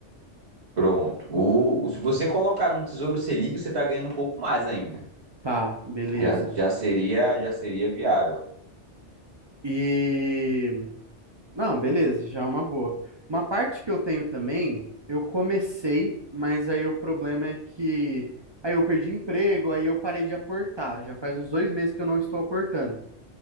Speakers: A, on the right; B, on the right.
A: Pronto. O, o- se você colocar no Tesouro Selic, você está ganhando um pouco mais ainda.
B: Tá, beleza.
A: Já, já seria, já seria viável.
B: E. Não, beleza, já é uma boa. Uma parte que eu tenho também, eu comecei, mas aí o problema é que. Aí eu perdi emprego, aí eu parei de aportar. Já faz uns dois meses que eu não estou aportando.